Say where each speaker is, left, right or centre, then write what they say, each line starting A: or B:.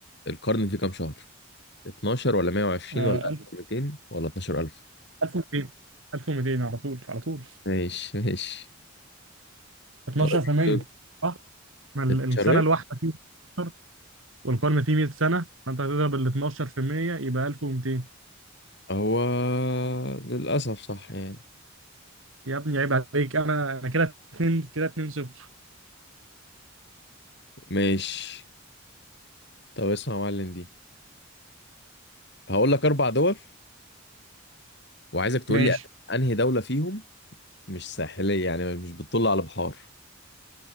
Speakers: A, on the left; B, on the right.
A: القرن فيه كام شهر 12 ولا 120
B: آه
A: ولا
B: 1000
A: 1200 ولا 12000
B: 1200 1200 على طول على طول
A: ماشي ماشي
B: 12%
A: طيب
B: صح ما ال-
A: الشرق
B: السنه الواحده فيه 12 والقرن فيه 100 سنه فانت هتضرب ال 12% يبقى 1200
A: هو للأسف صح يعني
B: يا ابني عيب عليك انا انا كده 2 كده 2 0
A: ماشي طب اسمع يا معلم دي هقول لك اربع دول وعايزك تقول
B: ماشي
A: لي انهي دولة فيهم مش ساحلية يعني مش بتطل على بحار